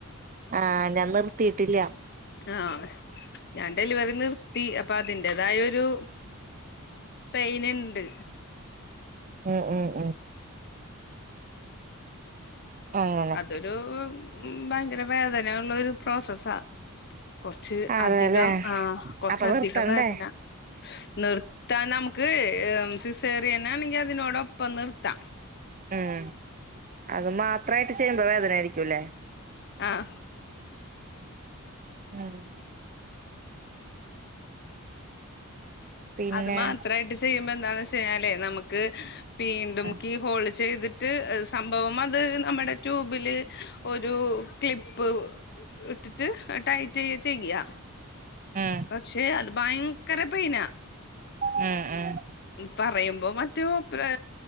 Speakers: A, on the right; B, on the left.
A: ആഹ് ഞാൻ നിർത്തീട്ടില്ലാ
B: ആഹ് ഞാൻ ഡെലിവറി നിർത്തി അപ്പൊ അതിന്റേതായൊരു പെയ്ന്ണ്ട്
A: ഉം ഉം ഉം അങ്ങനെ
B: അതൊരു ഉം ഭയങ്കരവേദനയുള്ളൊരു പ്രോസസ്സാ കൊറ്ച്ച്
A: അതെല്ലേ
B: അധികം ആഹ് കൊറ്ച്ചധികംവേദന
A: അപ്പൊ നിർത്തണ്ടേ
B: നിർത്താനമുക്ക് ഹ് സിസേറിയനെണെങ്കി അതിനോടൊപ്പം നിർത്താം
A: ഉം അത് മാത്രയിട്ട്ചെയ്യ്മ്പോ വേദനായ്രിക്കുംല്ലേ?
B: ആഹ്
A: ഉം പിന്നെ
B: അത് മാത്രായിട്ട്ചെയ്യുമ്പോന്താന്ന് വെച്ച്യ്ഞാലെയ് നമുക്ക് വീണ്ടുംക്കിഹോള്
A: ഉം
B: ചെയ്ത്ട്ട് സംഭവംഅത് നമ്മ്ടെട്യൂബില് ഒരുക്ലിപ്പ് ഇട്ടിട്ട് ടൈറ്റെയ്യ ചെയ്യാ
A: എഹ്
B: പക്ഷെഅത് ഭയങ്കരപെയ്നാ
A: ഉം ഉം
B: പറയുമ്പോ മറ്റോ മൂപ്പര്